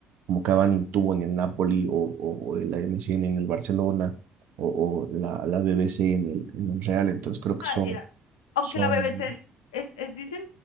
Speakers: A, on the right; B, on the left.
A: como Cavani tuvo en el Napoli o, o, o la MSN en el Barcelona o, o la, la BBC en el, en el Real, entonces creo que
B: Ah,
A: son.
B: era- aunque
A: Son
B: la BBC es, es, es- dicen,